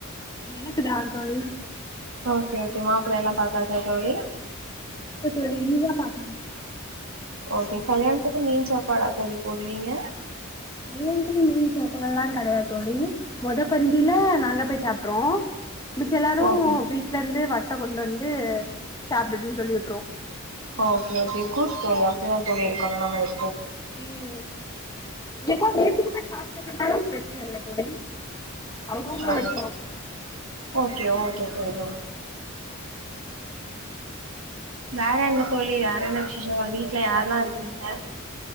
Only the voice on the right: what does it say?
ஓகே ஓகே மாப்பிள்ள எல்லா பாத்தாச்சா தோழி
ஓகே கல்யாணத்துக்கு மீன் சாப்பாடா தோழி போடுவீங்க
ஓகே
ஓகே ஓகே குட் தோழி அப்படிதா தோழி இருக்கணு நம்ம வீ
ஆ
ஓகே ஓகே தோழி வேற என்ன தோழி வேற என்ன விசேஷ உங்க வீட்டுல யார்லா இருக்கீங்க